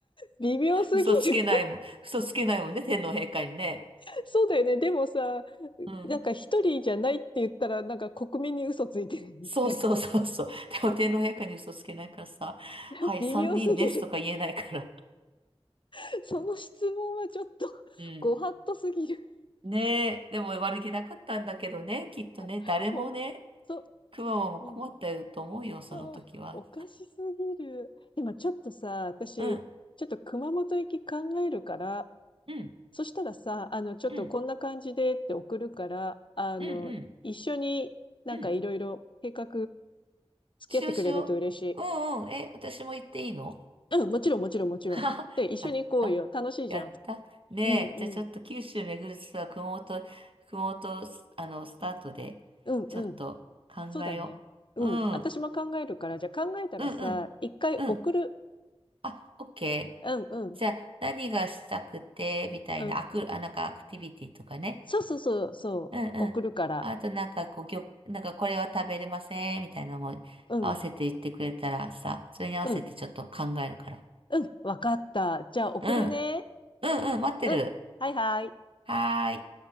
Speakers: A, on the left (about 50°); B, on the right (about 60°).
A: 微妙すぎる。
B: 嘘つけないもん、嘘つけないもんね、天皇陛下にね。
A: <laughs> そうだよね。でもさ、
B: うん。
A: なんか一人じゃないって言ったら、なんか国民に嘘ついてるみたい
B: そうそうそうそう。でも天皇陛下に嘘つけないからさ、
A: な。<laughs>
B: はい、
A: 微妙すぎる。
B: 三人ですとか言えないから。
A: <laughs> その質問はちょっと、<laughs>
B: うん。
A: ご法度すぎる。
B: ねえ、でも悪気なかったんだけどね、きっとね、
A: <laughs>
B: 誰もね、
A: ほんと、
B: くまモも困ったよと思うよ、
A: うん。
B: その時は。
A: あー、おかしすぎる。今ちょっとさ、私、
B: うん、
A: ちょっと熊本行き考えるから、
B: うん、
A: そしたらさ、あの、ちょっとこんな感じでって送るから、
B: うん、
A: あの、
B: うん、うん、
A: 一緒になんかいろいろ計画
B: うん。
A: 付き合ってくれると嬉しい。
B: しようしよう。うんうん、え、私も言っていいの
A: うん、もちろんもちろんもちろん。
B: <laughs> ははやった。
A: で、一緒に行こうよ。楽しいじゃん。
B: やった。ねえ、
A: うんうん。
B: じゃあちょっと九州巡るツアー、熊本、熊本、すあの、スタートで、
A: うんうん。
B: ちょっと考えよう。
A: そうだね。うん。
B: うん。
A: 私も考えるから、
B: うん
A: じゃあ考えたらさ、
B: うん。
A: 一回送る。
B: うん。あ、オッケー。
A: うんうん。
B: じゃあ、何がしたくて、みたいな、
A: うん。
B: アク、あ、なんかアクティビティとかね。
A: そうそうそうそう。
B: うんうん。
A: 送るから。
B: あとなんかこう、ぎょ、なんかこれは食べれません、みたいなのも合わせて言ってくれたらさ、
A: うん。
B: それに合わせてちょっと考えるから。
A: うん。うん。わかった。じゃあ送るね。
B: うん。うんうん、待ってる。
A: うん。はいはい。
B: はーい。